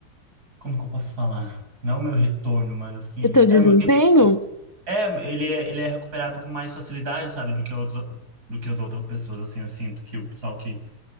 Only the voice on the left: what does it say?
E O teu
desempenho?